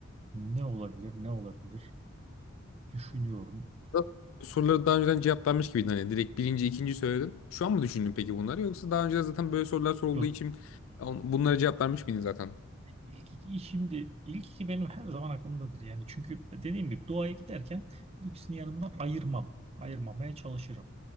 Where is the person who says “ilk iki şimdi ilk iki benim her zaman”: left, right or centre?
Right